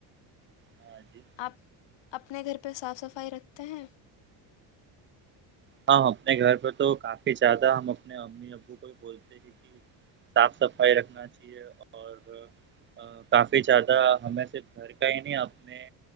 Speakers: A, on the right (about 25°); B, on the left (about 70°).
A: ہاں جی
B: آپ اپنے گھر پہ صاف صفائی رکھتے ہیں
A: ہم اپنے گھر پہ تو کافی زیادہ ہم اپنے امی ابو کو بھی بول تے ہیں کہ صاف صفائی رکھنا چاہیے اور آ آ کافی زیادہ ہمیں صرف گھر کا ہی نہیں اپنے